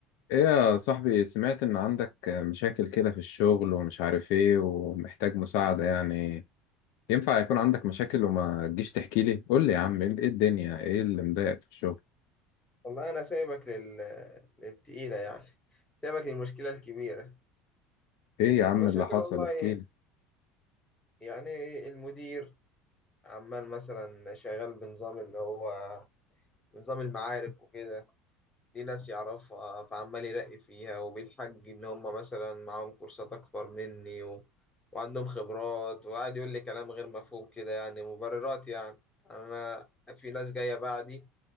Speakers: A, on the left (about 70°); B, on the left (about 20°).
A: ايه يا صاحبي سمعت ان عندك مشاكل كده في الشغل ومش عارف ايه ومحتاج مساعدة يعني ينفع يكون عندك مشاكل وما تجيش تحكي لي قول لي يا عم ايه إيه الدنيا ايه اللي مضايقك في الشغل
B: والله أنا سايبك لل... للتقيلة يعني سايبك للمشكلة الكبيرة
A: ايه يا
B: المشاكل
A: عم اللي حصل
B: والله
A: احكي لي
B: يعني المدير عمال مثلا شغال بنظام اللي هو نظام المعارف وكده دي ناس يعرفها فعمال يرقي فيها وبيتحج إن هم مثلا معاهم كورسات أكبر مني و... وعندهم خبرات وقاعد يقول لي كلام غير مفهوم كده يعني مبررات يعني أنا في ناس جاية بعدي